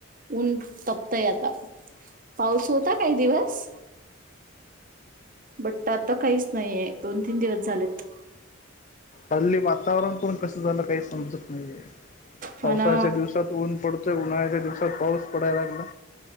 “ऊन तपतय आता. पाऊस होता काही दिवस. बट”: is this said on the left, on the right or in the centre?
Right